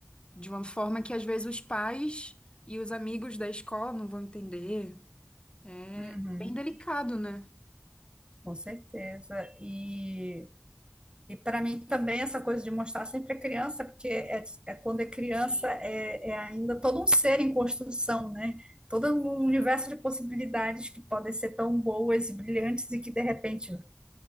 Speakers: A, on the left; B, on the right.
A: de uma forma que às vezes os pais e os amigos da escola não vão entender. É
B: Uhum,
A: Bem delicado, né?
B: com certeza. E, e para mim também essa coisa de mostrar sempre a criança, porque é, é quando é criança é, é ainda todo um ser em construção, né? Todo um universo de possibilidades que podem ser tão boas e brilhantes e que de repente